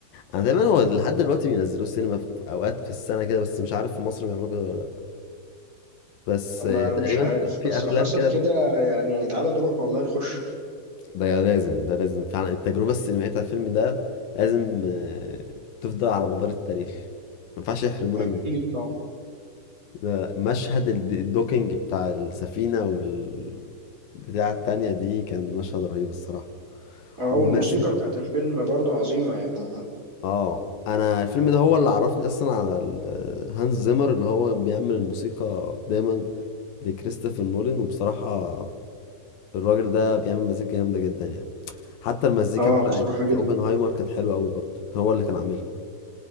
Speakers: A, on the left (about 75°); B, on the right (about 20°).
A: انا دايما هو لحد دلوقتي بينزلوه السينما في اوقات في السنة كده بس مش عارف في مصر بيعملوا كده ولا لا بس
B: ما
A: آه، تقريبا
B: مش عارف
A: في في
B: بس
A: افلام
B: لو حصل
A: كده
B: كده يعني تعالى نروح والله نخش
A: ده لازم ده لازم فعلا التجربة السينمائية بتاعت الفيلم ده لازم آه، تفضل على مدار التاريخ ما ينفعش يحرمونا
B: أكيد
A: منه
B: طبعا
A: لا لا، مشهد الد- الدوكينج بتاع السفينة وال بتاع التانية دي كان مشهد رهيب الصراحة
B: أه،
A: والمزيكا
B: والموسيقى بتاعت الفيلم برضه عظيمة يعني
A: اه انا الفيلم ده هو اللي عرفني اصلا على ال- آه، هانز زيمر اللي هو بيعمل الموسيقى دايما لكريستوفر نولان وبصراحة الراجل ده بيعمل مزيكا جامدة جدا يعني حتى المزيكا
B: اه
A: بقى
B: بصراحة
A: بتاعت
B: جدا
A: اوبنهايمر كانت حلوة قوي برضه كان هو اللي كان عاملها